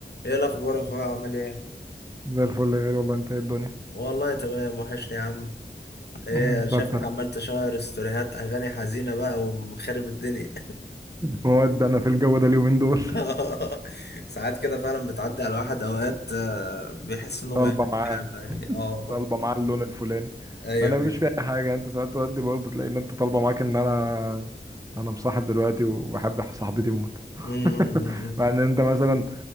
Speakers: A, on the left (about 65°); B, on the right (about 20°).
A: ايه الاخبار يا اخويا عامل ايه
B: زي الفل يا غالي والله انت ايه الدنيا
A: والله تمام وحشني يا عم ايه
B: <laughs> انت
A: أنا شايفك
B: اكتر
A: عمال تشير ستوريهات اغاني حزينه بقى ومخرب الدنيا
B: مواد انا في الجو ده اليومين دول
A: <laughs> ساعات كده فعلا بتعدي على واحد اوقات آه، بيحس
B: <laughs>
A: انه
B: طالبه
A: ما يعمل
B: معاه
A: كده يعني اه
B: طالبه معاه اللون الفلاني
A: ايوه
B: انا
A: ايوه
B: مش فاهم اي حاجه انت ساعات تودي برضه تلاقي ان انت طالبه معاك ان انا انا مصاحب دلوقتي وبحب صاحبتي موت
A: أمم.
B: <laughs> مع ان انت مثلا